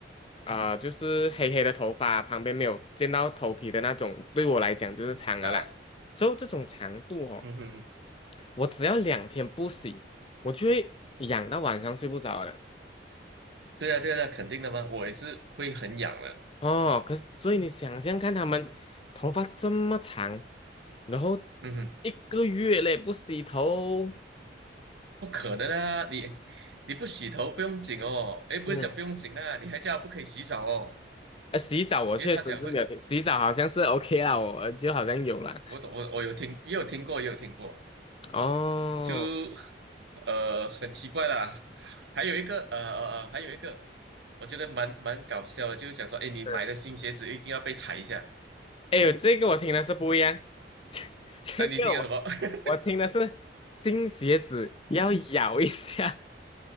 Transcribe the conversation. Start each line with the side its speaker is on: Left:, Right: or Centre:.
Left: 啊、呃就是黑黑的头发，旁边没有见到头皮的那种，对我来讲就是长了啦。
Right: 嗯啊，
Left: 所以这种长度哦，
Right: 嗯嗯，
Left: 我只要两天不洗，我就会痒到晚上睡不着了。
Right: 对啊对啊，肯定的嘛，我也是会很痒的，
Left: 哦，可是所以你想象看，他们头发这么长，然后
Right: 嗯哼，
Left: 一个月嘞不洗头，
Right: 不可能啊，你你不洗头不用紧哦，诶，不是讲不用紧啊，
Left: 嗯，
Right: 你还叫她不可以洗澡哦，
Left: 呃，洗澡我确实是没有听，
Right: 因为她讲会，
Left: 洗澡好像是 OK 啦，我就好像有了。
Right: 我懂我我有听也有听过也有听过。
Left: 哦，
Right: 就呃很奇怪啦。还有一个呃呃呃，还有一个我觉得蛮蛮搞笑的，就是想说，哎，你买的新鞋子一定要被踩一下
Left: 是，哎呦，这个我听的是不一样，<laughs> 这个我我听的是新鞋子要咬一下
Right: 啊！你听了什么？<laughs>